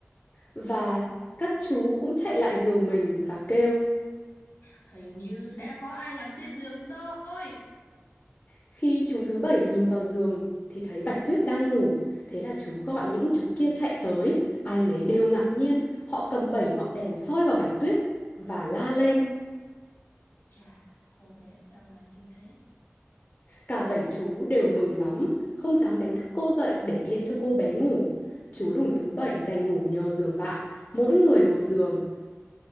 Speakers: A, on the left; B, on the left.
A: và các chú cũng chạy lại giường mình và kêu
B: Hình như đã có ai nằm trên giường tôi.
A: khi chú thứ bảy nhìn vào giường thì thấy Bạch Tuyết đang ngủ thế là chú gọi những chú kia chạy tới ai nấy đều ngạc nhiên họ cầm bảy ngọn đèn soi vào Bạch Tuyết và la lên
B: Chà, cô bé sao mà xinh thế?
A: Cả bảy chú đều mừng lắm, không dám đánh thức cô dậy để yên cho cô bé ngủ. Chú lùn thứ bảy đành ngủ nhờ giường bạn, mỗi người một giường.